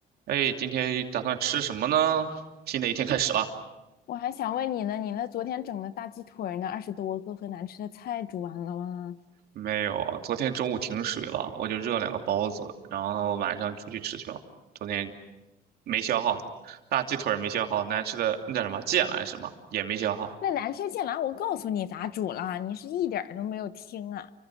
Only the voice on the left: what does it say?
我还想问你呢，你那昨天整的大鸡腿儿呢，二十多个和难吃的菜煮完了吗？
那难吃剑兰我告诉你咋煮了，你是一点儿都没有听啊。